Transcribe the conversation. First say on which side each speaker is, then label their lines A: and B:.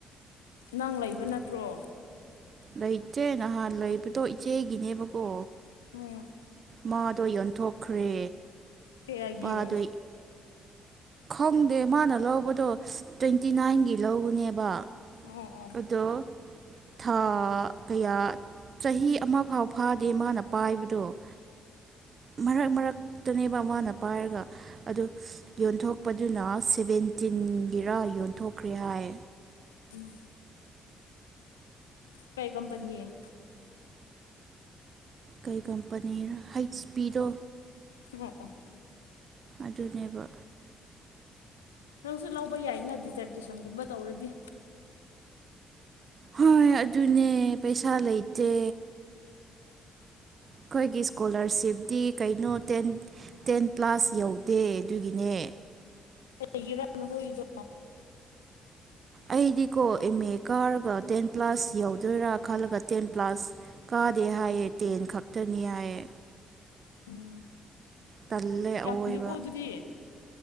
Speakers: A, on the left (about 80°); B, on the right (about 45°).
A: ꯅꯪ ꯂꯩꯕ ꯅꯠꯇ꯭ꯔꯣ
B: ꯂꯩꯆꯦ ꯅꯍꯥꯟ ꯂꯩꯕꯗꯣ ꯏꯆꯦꯒꯤꯅꯦꯕꯀꯣ
A: ꯎꯝ
B: ꯃꯥꯗꯣ ꯌꯣꯟꯊꯣꯛꯈ꯭ꯔꯦ
A: ꯀ ꯍꯥꯏꯒꯤ
B: ꯃꯥꯗꯣ
A: ꯌ
B: ꯈꯪꯗꯦ ꯃꯥꯅ ꯂꯧꯕꯗꯣ ꯇ꯭ꯋꯦꯟꯇꯤ ꯅꯥꯏꯟꯒꯤ ꯂꯧꯧꯕꯅꯦꯕ
A: ꯑꯣ ꯑꯣ
B: ꯑꯗꯣ ꯊꯥ ꯀꯌꯥ ꯆꯍꯤ ꯑꯃ ꯐꯥꯎ ꯐꯥꯗꯦ ꯃꯥꯅ ꯄꯥꯏꯕꯗꯣ ꯃꯔꯛ ꯃꯔꯛꯇꯅꯦꯕ ꯃꯥꯅ ꯄꯥꯏꯔꯒ ꯑꯗꯨ ꯌꯣꯟꯊꯣꯛꯄꯗꯨꯅ ꯁꯕꯦꯟꯇꯤꯟꯒꯤꯔꯥ ꯌꯣꯟꯊꯣꯛꯈ꯭ꯔꯦ ꯍꯥꯏ
A: ꯎꯝ ꯀꯩ ꯀꯝꯄꯅꯤ ꯑꯦ
B: ꯀꯩ ꯀꯝꯄꯅꯤꯔ ꯍꯩꯆ ꯄꯤꯗꯣ
A: ꯁꯣꯛꯑꯣ
B: ꯑꯗꯨꯅꯦꯕ꯫
A: ꯅꯪꯁꯨ ꯂꯧꯕ ꯌꯥꯏꯅ ꯗꯤꯖꯔꯗꯦꯁꯟꯒꯨꯝꯕ ꯇꯧꯔꯗꯤ꯫
B: ꯍꯣꯏ ꯑꯗꯨꯅꯦ ꯄꯩꯁꯥ ꯂꯩꯇꯦ꯫ ꯑꯩꯈꯣꯏꯒꯤ ꯏꯁꯀꯣꯂꯔꯁꯤꯞꯇꯤ ꯀꯩꯅꯣ ꯇꯦꯟ ꯇꯦꯟ ꯄ꯭ꯂꯁ ꯌꯧꯗꯦ ꯑꯗꯨꯒꯤꯅꯦ꯫
A: ꯀꯔꯤꯒꯤꯔꯥ ꯅꯈꯣꯏꯒꯤꯗꯣ꯫
B: ꯑꯩꯗꯤꯀꯣ ꯑꯦꯝ ꯑꯦ ꯀꯥꯔꯒ ꯇꯦꯟ ꯄ꯭ꯂꯁ ꯌꯧꯗꯣꯏꯔꯥ ꯈꯜꯂꯒ ꯇꯦꯟ ꯄ꯭ꯂꯁ ꯀꯥꯗꯦ ꯍꯥꯏꯌꯦ ꯇꯦꯟ ꯈꯛꯇꯅꯤ ꯍꯥꯏꯌꯦ꯫
A: ꯎꯝ꯫
B: ꯇꯜꯂꯦ
A: ꯌꯥꯝꯗꯦꯀꯣ
B: ꯑꯑꯣꯏꯕ
A: ꯑꯗꯨꯗꯤ꯫